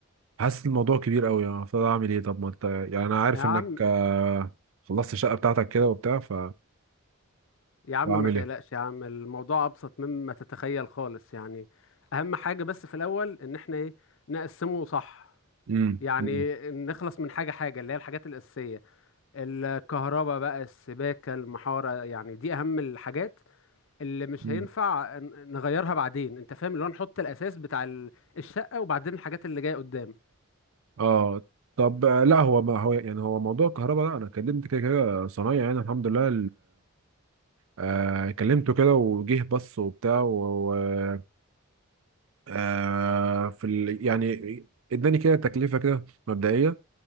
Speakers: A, on the right; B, on the left.
A: حاسس الموضوع كبير قوي يعني المفروض اعمل ايه طب ما انت يعني انا عارف
B: يا عم
A: انك آه، خلصت الشقة بتاعتك كده وبتاع ف
B: يا عم
A: واعمل
B: ما تقلقش
A: ايه
B: يا عم الموضوع ابسط مما تتخيل خالص يعني اهم حاجة بس في الاول ان احنا ايه نقسمه صح
A: امم
B: يعني
A: امم
B: نخلص من حاجة حاجة اللي هي الحاجات الأساسية الكهرباء بقى السباكة المحارة يعني دي أهم الحاجات اللي مش
A: أمم.
B: هينفع ن- نغيرها بعدين أنت فاهم اللي هو نحط الأساس بتاع ال- الشقة وبعدين الحاجات اللي جاية قدام
A: اه طب آه، لا هو ما هو يعني هو موضوع الكهرباء ده انا كلمت كده كده صنايعي يعني الحمد لله آه كلمته كده وجه بص وبتاع و... و- آه في ال... يعني اداني كده تكلفه كده مبدئيه